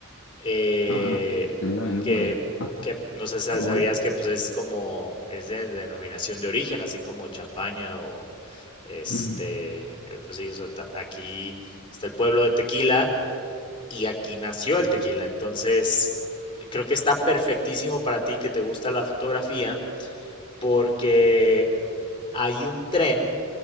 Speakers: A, on the left; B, on the left.
A: eh,
B: Ah, que le dan el
A: que,
B: nombre.
A: que no sé si
B: Qué bueno.
A: sabías que pues es como, es de denominación de origen, así como champaña o este,
B: Ujú.
A: eh, pues sí, o sea, ta- aquí está el pueblo de Tequila y aquí nació el tequila, entonces creo que está perfectísimo para ti que te gusta la fotografía porque hay un tren